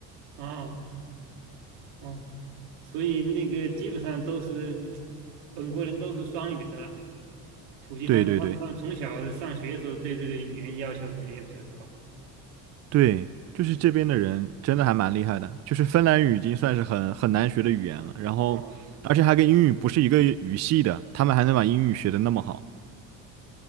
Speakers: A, on the right; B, on the right.
A: 哦哦，所以那个基本上都是本国人都是双语的了。估计他们他们他们从小上学的时候对这个语言要求可能也比较高。
B: 对对对。对，就是这边的人真的还蛮厉害的，就是芬兰语已经算是很很难学的语言了，然后而且还跟英语不是一个语系的，
A: 哦，
B: 他们还能把英语学得那么好。